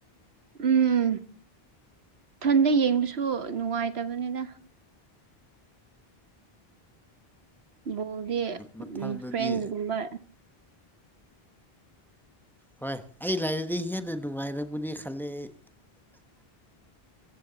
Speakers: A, on the right (about 85°); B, in the centre.
A: ꯎꯝ ꯏꯊꯟꯗ ꯌꯦꯡꯕꯁꯨ ꯅꯨꯡꯉꯥꯏꯇꯕꯅꯤꯅ <unintelligible> ꯗꯤ
B: ꯃꯊꯪꯗꯗꯤ
A: ꯎꯝ ꯐ꯭ꯔꯦꯟꯁꯒꯨꯝꯕ
B: ꯍꯣꯏ ꯑꯩ ꯂꯥꯏꯔꯗꯤ ꯍꯦꯟꯅ ꯅꯨꯡꯉꯥꯏꯔꯝꯒꯅꯤ ꯈꯂꯦ ꯑꯩ